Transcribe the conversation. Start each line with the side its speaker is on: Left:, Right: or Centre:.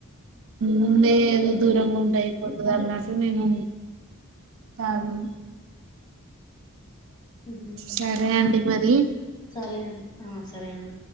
Right: ముందే ఏదో
Left: ఉమ్
Right: దూరంగా ఉంటే అయిపోతుంది
Left: అంటే
Right: అన్నట్టు నేను తగను
Left: ఉహు
Right: సరే అండి మర్ <unintelligible>
Left: సరే అండి ఆ సరే అండి